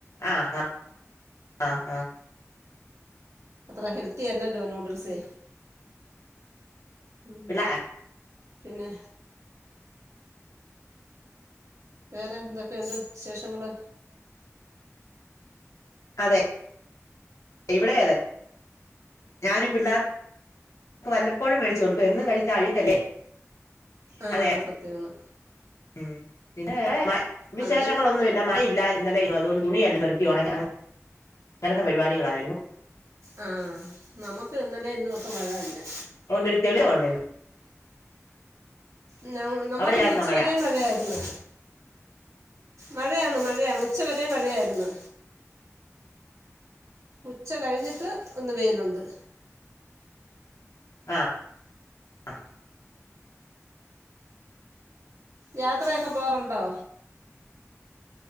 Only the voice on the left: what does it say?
ആഹ് ആഹ് ആഹ് ആഹ്
പിള്ള
അതെ ഇവിടെ അതെ ഞാനും പിള്ളേർക്ക് വല്ലപ്പോഴും മേടിച്ചു കൊടുക്കും എന്നും കഴിച്ചാ അഴുക്കല്ലേ
അതെ
ഉം പിന്നെ വിശേഷങ്ങളൊന്നുമില്ല
മഴ ഇല്ലായിരുന്നു ഇന്നലെയൊന്നും അതുകൊണ്ട് തുണി എല്ലാം പെറ്ക്കി ഒണ അങ്ങനത്തെ പരിപാടികളായിരുന്നു
ഒണ്ട് ഒര് തെളിച്ചം ഒണ്ട് ഇന്ന്
അവിടെല്ലായിരുന്നോ
മഴ
ആ ആ